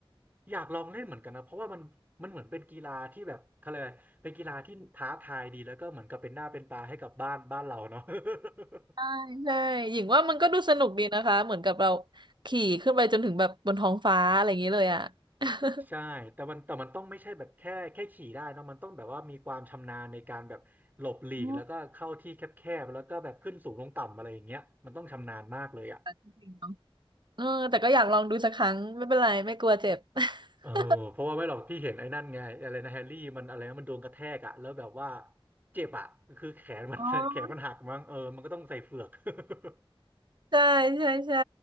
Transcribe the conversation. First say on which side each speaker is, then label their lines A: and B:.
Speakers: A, on the right; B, on the right.
A: อยากลองเล่นเหมือนกันนะเพราะว่ามันมันเหมือนเป็นกีฬาที่แบบเขาเรียกอะไรเป็นกีฬาที่ท้าทายดีแล้วก็เหมือนกับเป็นหน้าเป็นตาให้กับบ้านบ้านเราเนาะ
B: ใช่ใช่หญิงว่ามันก็ดูสนุกดีนะคะเหมือนกับเรา
A: <laughs>
B: ขี่ขึ้นไปจนถึงแบบบนท้องฟ้าอะไรอย่างนี้เลยอ่ะ <laughs>
A: ใช่แต่มันแต่มันต้องไม่ใช่แบบแค่แค่ขี่ได้นะมันต้องแบบว่ามีความชำนาญในการแบบหลบหลีกแล้วก็เข้าที่แคบๆแล้วก็แบบขึ้นสูงลงต่ำอะไรอย่างเงี้ยมันต้องชำนาญมากเลยอ่ะ
B: อืม <laughs> จริงๆเนอะเออแต่ก็อยากลองดูสักครั้งไม่เป็นไรไม่กลัวเจ็บ <laughs>
A: เออเพราะว่าไม่หรอกพี่เห็นไอ้นั่นไงอะไรนะแฮร์รี่มันอะไรนะมันโดนกระแทกอะแล้วแบบว่าเจ็บอะคือแขนมัน
B: อ๋อ
A: <laughs> แขนมันหักมั้งเออมันก็ต้องใส่เฝือก <laughs>
B: ใช่ใช่ใช่